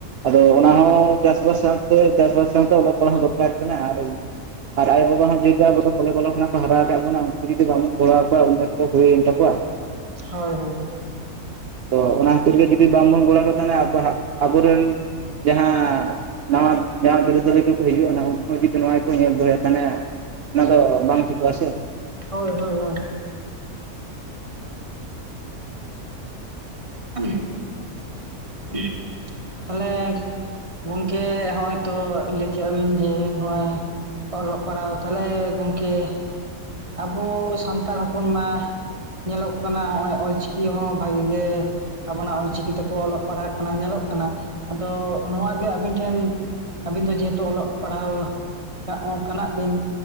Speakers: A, on the right (about 75°); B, on the right (about 25°).
A: ᱟᱫᱚ ᱚᱱᱟ ᱦᱚᱸ ᱪᱟᱥᱵᱟᱥ ᱥᱟᱶᱛᱮ ᱪᱟᱥᱵᱟᱥ ᱥᱟᱶᱛᱮ ᱚᱞᱚᱜ ᱯᱟᱲᱦᱟᱣ ᱫᱚᱨᱠᱟᱨ ᱠᱟᱱᱟᱭ ᱟᱨ ᱟᱨ ᱟᱭᱳ ᱵᱟᱵᱟ ᱦᱚᱸ ᱡᱮᱦᱮᱛᱩ ᱟᱵᱚᱫᱚ ᱠᱚᱞᱮ ᱵᱟᱞᱮ ᱠᱷᱚᱱᱟᱜ ᱦᱟᱨᱟᱣ ᱟᱠᱟᱜ ᱵᱚᱱᱟ ᱩᱱᱠᱩ ᱡᱩᱫᱤ ᱵᱟᱵᱚᱱ ᱜᱚᱲᱚᱣᱟ ᱠᱚᱣᱟ ᱩᱢᱮᱨ ᱠᱚ ᱦᱩᱭᱮᱱ ᱛᱟᱠᱚᱣᱟ ᱾
B: ᱦᱳᱭ ᱦᱳᱭ ᱾
A: ᱟᱫᱚ ᱚᱱᱟ ᱠᱷᱟᱹᱛᱤᱨ ᱜᱮ ᱡᱩᱫᱤ ᱵᱟᱝᱵᱚᱱ ᱜᱚᱲ ᱟᱠᱚ ᱛᱟᱦᱚᱞᱮ ᱟᱵᱚ ᱦᱟᱸᱜ ᱟᱵᱚᱨᱮᱱ ᱡᱟᱦᱟᱸ ᱱᱟᱣᱟ ᱡᱟᱦᱟᱸ ᱵᱤᱨᱟᱹᱫᱟᱹᱟᱞᱤ ᱠᱚᱠᱚ ᱦᱤᱡᱩᱜᱼᱟ ᱩᱱᱠᱩ ᱦᱚᱸ ᱡᱩᱫᱤ ᱱᱚᱣᱟ ᱠᱚ ᱧᱮᱞ ᱫᱚᱦᱚᱭᱟ ᱛᱟᱦᱚᱞᱮ ᱚᱱᱟ ᱫᱚ ᱵᱟᱝ ᱴᱷᱤᱠᱚᱜ ᱟ ᱥᱮ ᱾
B: ᱦᱳᱭ ᱦᱳᱭ ᱦᱳᱭ ᱾ <unintelligible> <inaudible> ᱛᱟᱦᱚᱞᱮ ᱜᱚᱝᱠᱮ ᱦᱚᱜ-ᱚᱭ ᱛᱚ ᱞᱟᱹᱭ ᱠᱮᱜᱼᱟ ᱵᱤᱱ ᱡᱮ ᱦᱚᱜ-ᱚᱭ ᱚᱞᱚᱜ ᱯᱟᱲᱦᱟᱣ, ᱛᱟᱦᱚᱞᱮ ᱜᱚᱝᱠᱮ ᱟᱵᱚ ᱥᱟᱱᱛᱟᱲ ᱦᱚᱯᱚᱱ ᱢᱟ ᱧᱮᱞᱚᱜ ᱠᱟᱱᱟ ᱦᱚᱜᱼᱚᱭ ᱚᱞᱪᱤᱠᱤ ᱦᱚᱸ ᱵᱷᱟᱜᱤ ᱜᱮ ᱟᱵᱚᱱᱟᱜ ᱚᱞᱪᱤᱠᱤ ᱛᱮᱠᱚ ᱚᱞᱚᱜ ᱯᱟᱲᱦᱟᱜ ᱠᱟᱱᱟ ᱧᱮᱞᱚᱜ ᱠᱟᱱᱟ ᱟᱫᱚ ᱱᱚᱶᱟ ᱜᱮ ᱟᱵᱤᱱ ᱴᱷᱮᱱ ᱟᱵᱤᱱ ᱫᱚ ᱡᱮᱦᱮᱛᱩ ᱚᱞᱚᱜ ᱯᱟᱲᱦᱟᱣ ᱠᱟᱜ ᱠᱟᱱᱟᱜ ᱵᱤᱱ